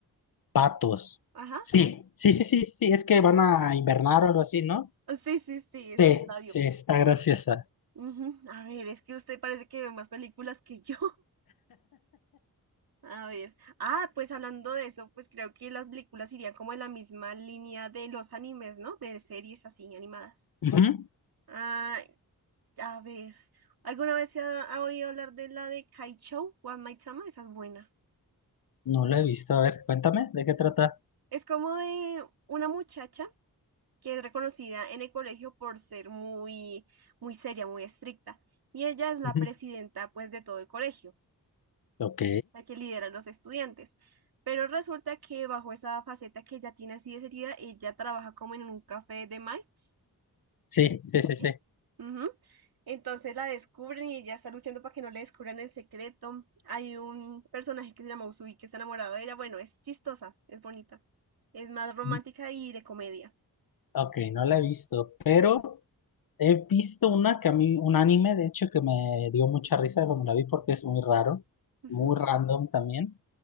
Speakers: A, on the left; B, on the right.
A: Patos.
B: Ajá.
A: Sí, sí, sí, sí, sí, es que
B: Sí,
A: van
B: ya.
A: a invernar o algo así, ¿no?
B: Sí, sí, sí, esa
A: Sí,
B: ya la vio.
A: sí, está graciosa.
B: Ujú, A ver, es que usted parece que ve más películas que yo. A ver, ah, pues hablando de eso, pues creo que las películas irían como en la misma línea de los animes, ¿no? De series así animadas.
A: Ujú.
B: Ah, a ver, ¿alguna vez se ha, ha oído hablar de la de Kaichou One Might Sama? Esa es buena.
A: No la he visto. A ver, cuéntame, ¿de qué trata?
B: Es como de una muchacha que es reconocida en el colegio por ser muy, muy seria, muy estricta. Y ella es la
A: Ujú.
B: presidenta, pues, de todo el colegio.
A: Ok.
B: la que lidera a los estudiantes. Pero resulta que bajo esa faceta que ella tiene así de seria, ella trabaja como en un café de mites,
A: Sí, sí, sí,
B: ¿sí?
A: sí.
B: Ujú. Entonces la descubren y ella está luchando para que no le descubran el secreto. Hay un personaje que se llama Usui que está enamorado de ella. Bueno, es chistosa, es bonita. Es más romántica
A: Ujú.
B: y de comedia.
A: Ok, no la he visto, pero he visto una que a mí, un anime, de hecho, que me dio mucha risa cuando la vi porque es muy raro,
B: Ujú.
A: muy random también.